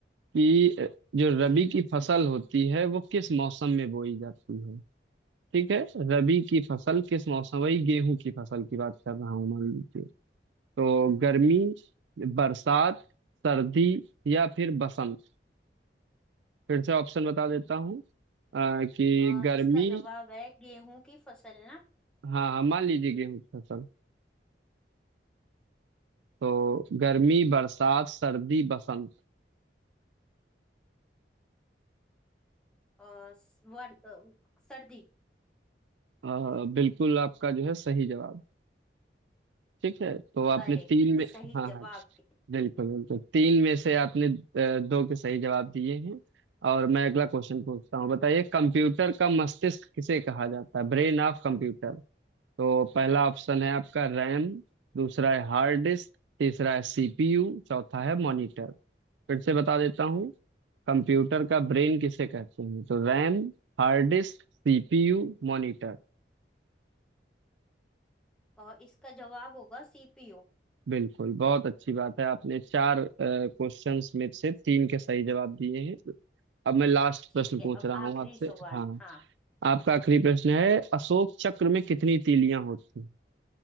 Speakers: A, on the right (about 85°); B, in the centre.
A: कि जो रबी
B: जी
A: की फसल होती है वो किस मौसम में बोई जाती है ठीक है रबी की फसल किस मौसम वही गेहूं की फसल की बात कर रहा हूँ मान लीजिए तो गर्मी बरसात सर्दी या फिर बसंत फिर से ऑप्शन बता देता हूँ अ, कि
B: अ,
A: गर्मी
B: इसका जवाब है गेहूं की फसल ना
A: हाँ हाँ, मान लीजिए गेहूं की फसल तो गर्मी बरसात सर्दी बसंत
B: अ, वर, अ, सर्दी
A: अ, बिल्कुल आपका जो है सही जवाब ठीक है तो आपने
B: अरे
A: तीन में
B: सही
A: हाँ
B: जवाब
A: हाँ
B: दे
A: बिल्कुल बिल्कुल तीन में से आपने अ, दो के सही जवाब दिए हैं और मैं अगला क्वेश्चन पूछता हूँ बताइए कंप्यूटर का मस्तिष्क किसे कहा जाता है Brain of computer तो पहला ऑप्शन है आपका रैम दूसरा है हार्ड डिस्क तीसरा है सीपीयू चौथा है मॉनिटर फिर से बता देता हूँ कंप्यूटर का ब्रेन किसे कहते हैं तो RAM hard disk CPU monitor
B: और इसका जवाब होगा सीपीयू
A: बिल्कुल बहुत अच्छी बात है आपने चार क्वेश्चंस में से तीन के सही जवाब दिए हैं अब मैं लास्ट प्रश्न
B: ठीक है
A: पूछ
B: अब
A: रहा हूँ
B: आखिरी
A: आपसे
B: सवाल
A: हाँ
B: हाँ
A: आपका आखिरी प्रश्न है अशोक चक्र में कितनी तीलियां होती हैं?